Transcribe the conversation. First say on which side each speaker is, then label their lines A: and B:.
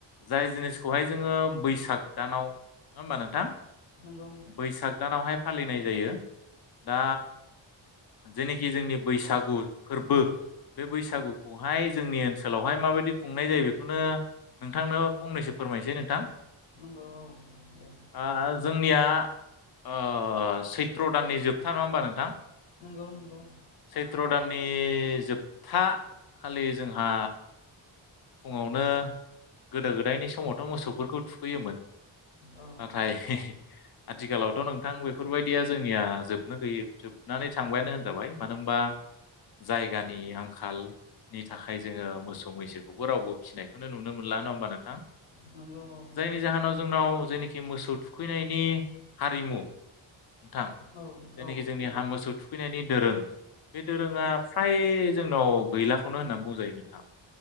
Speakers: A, on the left; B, on the left.
A: जाय जिनिसखौहाय जोङो बैसाग। दानाव नङा होमबा नोंथां
B: नंगौ
A: बैसाग दानावहाय फालियो। फालिनाय जायो दा जेनोखि जोंनि बैसागु फोरबो। बे बैसागुखौहाय जोंनि ओनसोलावहाय माबायदि खुंनाय जायो बेखौनो। नोंथांनो फंनैसो फोरमायनोसै नोंथां
B: नंगौ औ दे
A: ओ जोंनिया। ओ सैथ्र' दाननि जोबथा नङा होमबा नोंथां।
B: नंगौ नंगौ
A: सैथ्र दाननि खि जोबथा खालि जोंहा फुङावनो गोदो गोदायनि समावथ' मोसौफोरखौ थुखैयोमोन।
B: औ
A: नाथाय आथिखालावथ' नोंथां बेफोरबायदिया जोंनिया जोबनो गैयै जोबना। नानै थांबायानो होनजाबाय मानो होनबा जायगानि आंखालनि थाखाय जोङो मोसौ मैसो बेवबो रावबो फिसिनायखौनो नुनो मोनला नङा होमबा नोंथां।
B: नंगौ औ
A: जायनि जाहोनाव जोंनाव जेनोखि मोसौ थुखैनायनि हारिमु नोंथां
B: औ
A: जेनाखि
B: औ
A: जोंनि
B: नंगौ
A: हा मोसौ थुखैनायनि दोरों। बे दोरोङा फ्राय जोंनाव गैलाखौनो होननानै बुंजायो नोंथां।